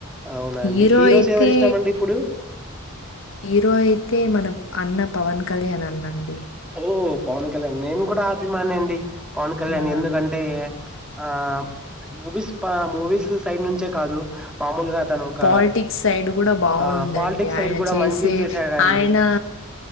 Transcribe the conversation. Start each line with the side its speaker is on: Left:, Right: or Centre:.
Centre: అవునా
Left: హీరో
Centre: అండి హీరోస్
Left: అయితే
Centre: ఎవరి ఇష్టం అండి ఇప్పుడు
Left: హీరో అయితే మన అన్న పవన్ కళ్యాణ్ అన్నండి
Centre: ఓ పవన్ కళ్యాణ్ నేను కూడా అభిమాని అండి పవన్ కళ్యాణ్
Left: ఆ
Centre: ఎందుకంటే ఆ మూవీస్ పా మూవీస్ సైడ్ నుంచే కాదు మామూలుగా తను ఒక
Left: పాలిటిక్స్ సైడ్ గూడా బాగుందండి
Centre: ఆ పాలిటిక్స్ సైడ్
Left: ఆయన
Centre: కూడా
Left: చేసే
Centre: మంచి చేశాడండి
Left: ఆయనా